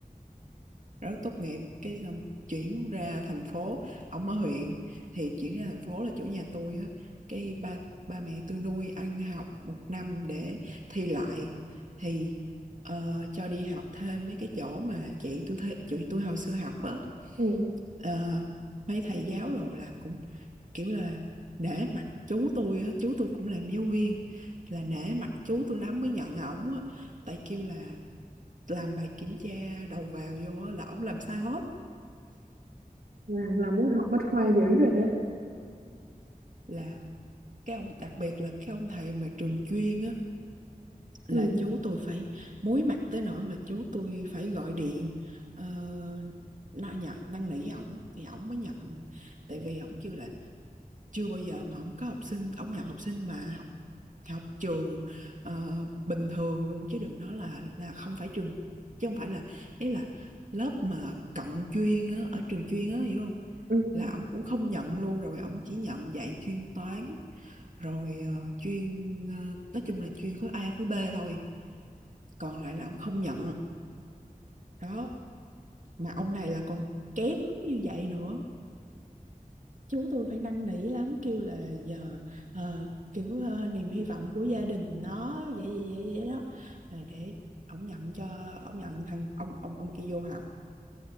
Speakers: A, on the right (about 55°); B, on the right (about 85°).
A: rất tốt nghiệp cái xong chuyển ra thành phố ổng ở huyện thì chuyển ra thành phố là chỗ nhà tôi á cái ba ba mẹ tôi nuôi ăn học một năm để thi lại thì ờ, cho đi học thêm mấy cái chỗ mà chị tôi thấy chị tôi hồi xưa học á
B: ừ.
A: Ờ, mấy thầy giáo đồ là cũng kiểu là nể mặt chú tôi á chú tôi cũng làm giáo viên là nể mặt chú tôi lắm mới nhận ổng á tại kêu là làm bài kiểm tra đầu vào vô á, là ổng làm sai hết
B: là là muốn học bách khoa dữ rồi đó
A: là cái ông đặc biệt là cái ông thầy mà trường chuyên á
B: ừ.
A: là chú tôi phải muối mặt tới nỗi mà chú tôi phải gọi điện ờ, nó nhận năn nỉ ổng thì ổng mới nhận tại vì ổng kêu là chưa bao giờ mà ổng có học sinh ổng nhận học sinh mà học học trường ờ, bình thường luôn chứ đừng nói là là không phải trường chứ không phải là ý là lớp mà cận chuyên á ở trường chuyên á hiểu không
B: ừ.
A: là ổng cũng không nhận luôn rồi ổng chỉ nhận dạy chuyên toán rồi ờ, chuyên ờ, nói chung là chuyên khối A khối B thôi còn lại là ổng không nhận đó mà ông này là còn kém như vậy nữa chú tôi phải năn nỉ lắm kêu là giờ ờ, kiểu ờ, niềm hy vọng của gia đình nó vậy vậy vậy, vậy đó Ờ, để ổng nhận cho ổng nhận thằng ông ông ông kia vô học